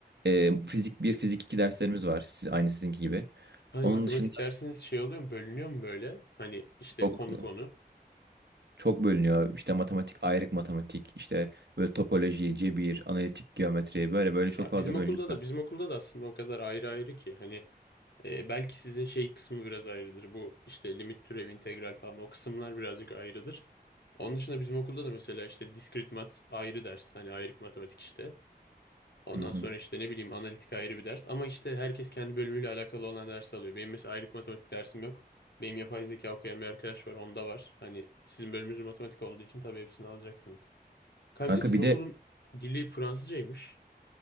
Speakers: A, on the right (about 85°); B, on the left (about 80°).
A: e, fizik bir fizik 2 derslerimiz var. Siz, aynı sizinki gibi.
B: Hani
A: Onun
B: matematik
A: dışında
B: dersiniz şey oluyor mu bölünüyor mu böyle? Hani işte
A: çok
B: konu konu.
A: çok bölünüyor. İşte matematik, ayrık matematik, işte böyle topoloji, cebir, analitik geometri böyle böyle çok
B: Ya
A: fazla
B: bizim okulda
A: bölünüyor kanka.
B: da bizim okulda da aslında o kadar ayrı ayrı ki hani Ee, belki sizin şey kısmı biraz ayrıdır. Bu işte limit türev, integral falan o kısımlar birazcık ayrıdır. Onun dışında bizim okulda da mesela işte diskrit mat ayrı ders. Hani ayrık matematik işte. Ondan
A: Hı hı.
B: sonra işte ne bileyim analitik ayrı bir ders. Ama işte herkes kendi bölümüyle alakalı olan ders alıyor. Benim mesela ayrık matematik dersim yok. Benim yapay zeka okuyan bir arkadaş var. Onda var. Hani sizin bölümünüz matematik olduğu için tabii hepsini alacaksınız. Kanka
A: Kanka
B: bir de sizin
A: bir
B: okulun
A: de
B: dili Fransızcaymış.